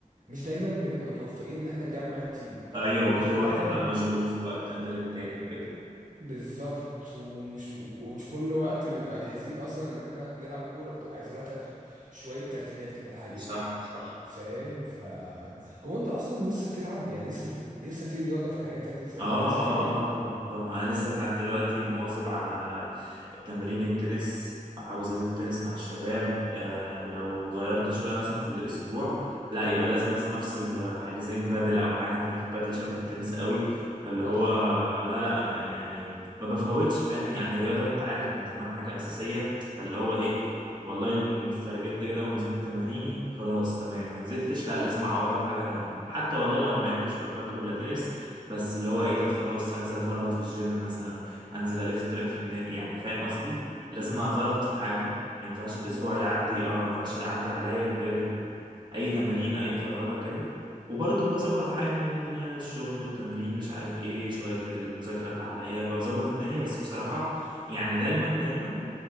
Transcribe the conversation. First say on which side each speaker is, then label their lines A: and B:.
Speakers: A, on the right; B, on the right.
A: مش دايما بنبقى متوفقين ان احنا نجمع التيم
B: ايوه
A: ومش
B: وكل
A: دايما
B: واحد بقى مشغول في وقت غير التاني وكده
A: بالظبط ومش ومش كل وقت بنبقى جاهزين اصلا ان احنا نلعب كوره بتبقى عايزه لها تق- شويه ترتيبات كده الحقيقه
B: صح صح
A: فاهم ف هو انت اصلا لسه بتلعب يعني لسه لسه في رياضه في حياتك لسه
B: اه
A: بتمارس حاجه
B: اه اه طبعا طبعا انا لسه لحد دلوقتي مواظب على تمرين التنس حجوزات التنس مع الشباب آه لو غيرت شويه مثلا في الاسبوع لا يبقى لازم مثلا افصل بحاجزين بادل او حاجه انت عارف البادل شبه التنس قوي فاللي
A: اه
B: هو
A: طبعا
B: لا لا انا يعني ما بفوتش فاهم يعني رياضه انت عارف من زمان حاجه اساسيه فاللي هو ايه والله إن استرجلت كده ونزلت تماريني خلاص تمام ما نزلتش لا لازم اعوضها بحاجه تانية حتى والله لو ما لعبتش ولا بادل ولا تنس بس اللي هو ايه طب خلاص انزل افرهد في الجيم مثلا انزل الف تراك في النادي يعني فاهم قصدي لازم افرهد في حاجه ما ينفعش
A: بالظبط
B: الاسبوع يعدي اه ما ينفعش يعدي عليا من غير اي تمرين اي فرهده كده وبرضه بظبط حالي الدنيا الشغل التمرين مش عارف ايه شويه المذاكره اللي عليا بظبط الدنيا بس بصراحه يعني دايما دايما